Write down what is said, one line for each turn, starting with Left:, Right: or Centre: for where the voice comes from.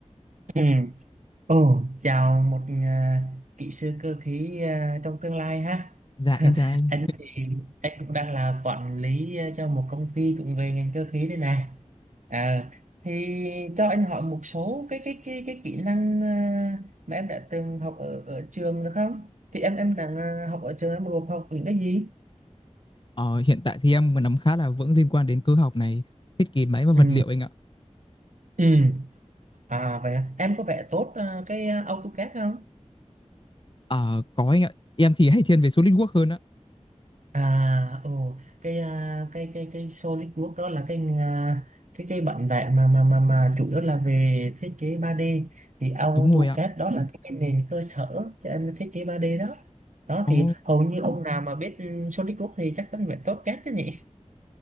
Right: Ừ. Ồ, chào một à, kỹ sư cơ khí à, trong tương lai ha.
Left: Dạ
Right: <laughs>
Left: em chào anh.
Right: Anh thì anh cũng đang là quản lý à, cho một công ty cũng về ngành cơ khí đây này. À, thì cho anh hỏi một số cái cái cái cái kỹ năng à, mà em đã từng học ở ở trường được không? Thì em em đang à, học ở trường em gồm học những cái gì?
Left: Ờ, hiện tại thì em nắm khá là vững liên quan đến cơ học này, thiết kế máy và vật
Right: Ừ.
Left: liệu anh ạ.
Right: Ừ. À vậy à. Em có vẽ tốt à, cái à, AutoCAD không?
Left: Ờ, có anh ạ. Em thì hay thiên về SolidWorks hơn á.
Right: À, ồ, cái à, cái cái cái solid work đó là cái à, cái cái bản vẽ mà mà mà mà chủ yếu là về thiết kế ba d thì AutoCAD
Left: Đúng rồi ạ.
Right: đó Ừ. là cái nền cơ sở cho em thiết kế ba d đó. Đó
Left: Ồ.
Right: thì hầu như ông nào mà biết ừ, solid work thì chắc chắn phải tốt CAD chứ nhỉ?